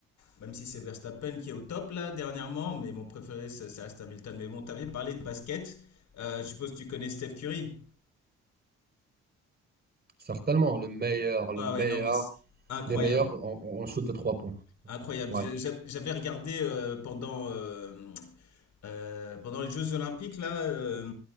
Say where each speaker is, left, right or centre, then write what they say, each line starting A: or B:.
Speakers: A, on the left (about 70°); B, on the right (about 35°).
A: Même si c'est Verstappen qui est au top là dernièrement, mais mon préféré, ça, ça reste Hamilton. Mais bon, t'avais parlé de basket. Euh, je suppose que tu connais Steph Curry.
B: Certainement, le meilleur, le
A: Ah
B: meilleur,
A: ouais, non, mais c'est incroyable.
B: des meilleurs en, en- en shoot de trois points.
A: Incroyable.
B: Ouais.
A: J'ai- j'ai- J'avais regardé euh, pendant, euh, euh, pendant les Jeux Olympiques, là, euh,